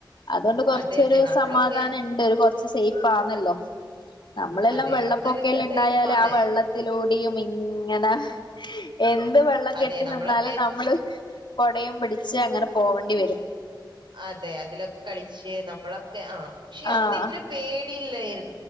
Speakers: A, on the left (about 70°); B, on the right (about 70°).
A: അതോണ്ട് കൊറ്ച്ചൊരു
B: അതെ, അതെ. നമ്മളൊക്കെ
A: സമാധാനണ്ട് കൊ സ് സൈഫാന്നല്ലോ നമ്മളെല്ലാ
B: അതെ
A: വെള്ളപ്പൊക്കെല്ലാണ്ടായാല്
B: അക്കാര്യത്തില് സേഫാണ്.
A: ആ വെള്ളത്തിലൂടെയും ഇങ്ങനെ എ ത് വെള്ളം
B: അതെ
A: കെട്ടി
B: നമ്മളൊക്കെ
A: നിന്നാല് നമ്മള് കൊടയും പിടിച്ച് അങ്ങനെ പോവണ്ടി വരും
B: അതെ അതിലൊക്കെ കളിച്ച് നമ്മളൊക്കെ ആ പക്ഷെ അന്ന്
A: ആഹ്
B: ഇത്ര പേ ടില്ലായിരു